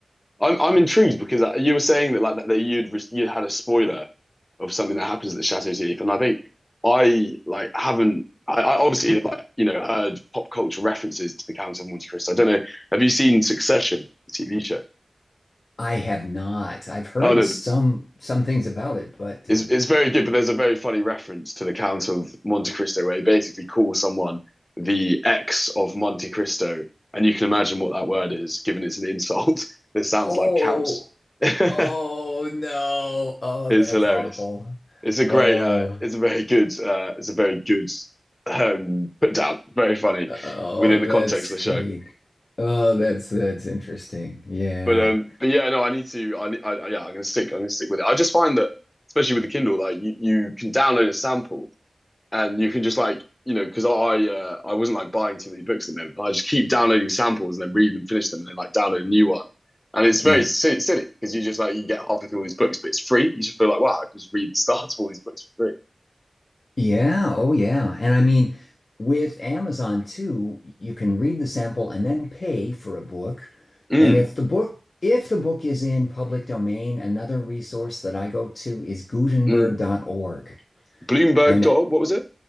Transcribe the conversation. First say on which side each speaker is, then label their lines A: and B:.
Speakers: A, on the left; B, on the left.
A: I'm I'm intrigued because uh, you were saying that like that, that you'd re- you'd had a spoiler of something that happens at the Chateau d'If, and I think I like haven't. I, I obviously like you know heard pop culture references to the Count of Monte Cristo. I don't know. Have you seen Succession, the TV show?
B: I have not. I've heard
A: Oh no,
B: some some things about it, but
A: it's
B: uh,
A: it's very good, but there's a very funny reference to the Count of Monte Cristo where he basically calls someone the ex of Monte Cristo, and you can imagine what that word is, given it's an insult <laughs> that sounds
B: oh,
A: like counts. <laughs>
B: oh no. Oh,
A: It's
B: that's
A: hilarious.
B: awful.
A: It's a great,
B: Oh,
A: uh, it's a very good, uh, it's a very good um, put down. Very funny
B: oh,
A: within
B: that's
A: the context of
B: great.
A: the show.
B: Oh, that's that's interesting. Yeah.
A: But um, but yeah, no, I need to. I, I I- yeah, I'm gonna stick. I'm gonna stick with it. I just find that, especially with the Kindle, like you, you can download a sample and you can just like you know because I I, uh, I wasn't like buying too many books at the moment. I just keep downloading samples and then read them, finish them, and then like download a new one. And it's very
B: Yeah.
A: si- silly because you just like you get halfway through all these books, but it's free. You just feel like wow, I can just read the start of all these books for free.
B: Yeah, oh yeah. And I mean, with Amazon too, you can read the sample and then pay for a book.
A: Mm,
B: And if the book if the book is in public domain, another resource that I go to is Gutenberg
A: mm.
B: dot org
A: Bloomberg
B: And
A: dot what was it?